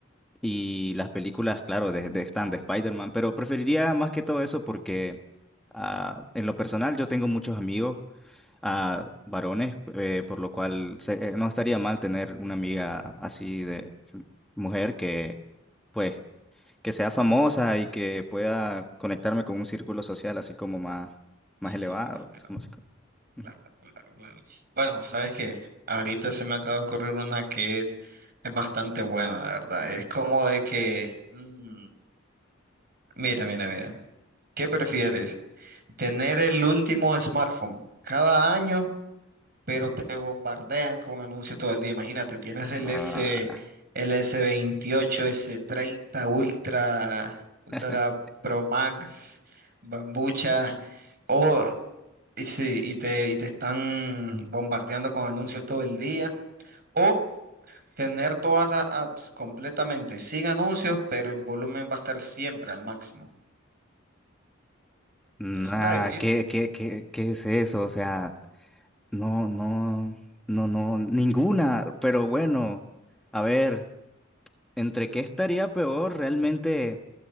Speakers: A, in the centre; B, on the right (about 50°).
A: y las películas, claro, de, de están de Spider-Man, pero preferiría más que todo eso porque ah, en lo personal yo tengo muchos amigos a varones, eh, por lo cual se- eh, no estaría mal tener una amiga así de mujer que, pues, que sea famosa y que pueda conectarme con un círculo social así como más, más
B: Sí,
A: elevado.
B: claro.
A: Es como- es como- Ujú.
B: Claro, claro, claro. Bueno, ¿sabes qué? Ahorita se me acaba de ocurrir una que es, es bastante buena, la verdad. Es como de que, mm, mira, mira, mira. ¿Qué prefieres? ¿Tener el último smartphone cada año, pero te bombardean con anuncios todo el día? Imagínate, tienes el
A: Ah,
B: S, el S28, s treinta Ultra, Ultra
A: <laughs>
B: Pro Max, Bambucha. O y sí, y te, y te están bombardeando con anuncios todo el día. O tener todas las apps completamente sin anuncios, pero el volumen va a estar siempre al máximo.
A: nah,
B: Es una difícil.
A: ¿qué, qué, qué, qué es eso? O sea, no, no, no, no, ninguna, pero bueno, a ver, ¿entre qué estaría peor realmente?